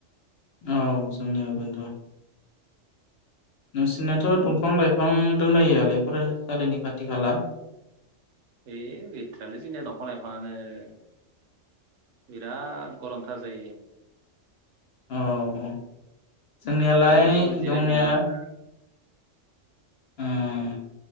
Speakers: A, on the left; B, on the right.
A: औ जोंनियाव बोथ'। नोंसिनाथ' दंफां लाइफ फां दंना गैयालै फरायसालिनि खाथि खाला?
B: ए गैथ्रालै जोंनिया दंफां लाइफांङानो । बिराद गरमथार जायो ।
A: औ औ। जोंनियालाय
B: दसे सम जिरायनोबो
A: दंनाया
B: मोना।
A: उम।